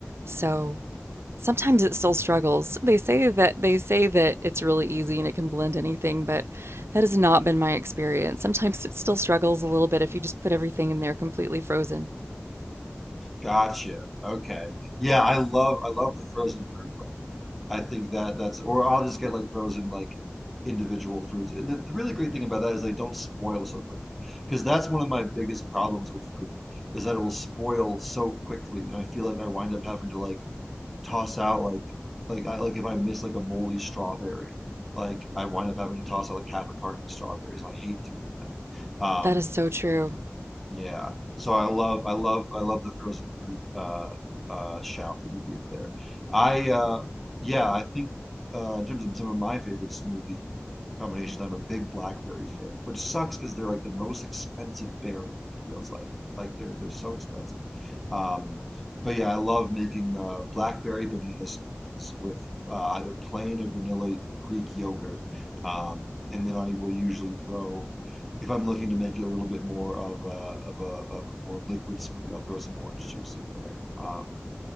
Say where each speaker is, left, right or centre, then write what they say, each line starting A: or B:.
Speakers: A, on the right; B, in the centre.
A: so sometimes it still struggles. They say that they say that it's really easy and it can blend anything, but that has not been my experience. Sometimes it still struggles a little bit if you just put everything in there completely frozen.
B: Gotcha. Okay. Yeah, I love I love the frozen fruit blend. I think that that's or I'll just get like frozen like individual fruits. And the, the really great thing about that is they don't spoil so quickly because that's one of my biggest problems with fruit is that it will spoil so quickly. And I feel like I wind up having to like toss out like like I like if I miss like a moldy strawberry, like I wind up having to toss out like half a carton of strawberries. I hate doing that. Um,
A: That is so true.
B: yeah. So I love I love I love the frozen fruit uh uh shout that you gave there. I uh yeah, I think uh in terms of some of my favorite smoothie combinations, I'm a big blackberry fan, which sucks because they're like the most expensive berry, it feels like. Like they're they're so expensive. Um but yeah, I love making uh blackberry banana smoothies with uh, either plain or vanilla Greek yogurt. Um and then I will usually throw if I'm looking to make it a little bit more of a of a of a more liquid smoothie, I'll throw some orange juice in there. Um,